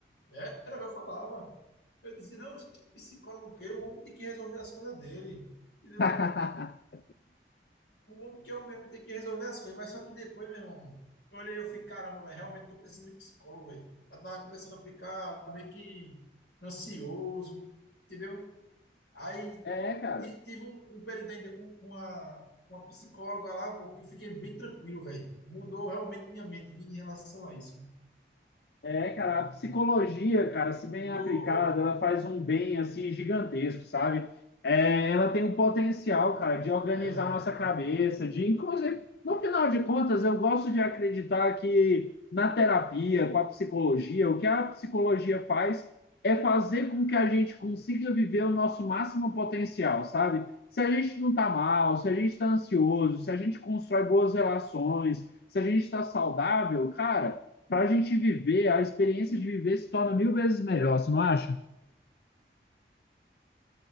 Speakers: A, on the left; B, on the left.
A: Era, eu falava. Eu dizia, não, que psicólogo que? é? O homem tem que resolver as coisas dele. Entendeu?
B: <laughs>
A: O homem que é o mesmo tem que resolver as coisas. Mas só que depois, meu irmão, eu olhei e eu fiquei, caramba, velho, realmente tô precisando de psicólogo, velho. Eu tava começando a ficar meio que ansioso, entendeu? Aí
B: É, cara.
A: ti- tive um, um período ainda com, com uma, uma psicóloga lá, vô, que eu fiquei bem tranquilo, velho. Mudou realmente minha mente vi, em relação a isso.
B: É, cara, a psicologia, cara, se bem
A: Mudou.
B: aplicada, ela faz um bem assim gigantesco, sabe? É, ela tem um potencial, cara, de organizar
A: É, velho.
B: nossa cabeça, de inclusive, no final de contas, eu gosto de acreditar que na terapia, com a psicologia, o que a psicologia faz é fazer com que a gente consiga viver o nosso máximo potencial, sabe? Se a gente não tá mal, se a gente tá ansioso, se a gente constrói boas relações, se a gente tá saudável, cara para a gente viver, a experiência de viver se torna mil vezes melhor, você não acha?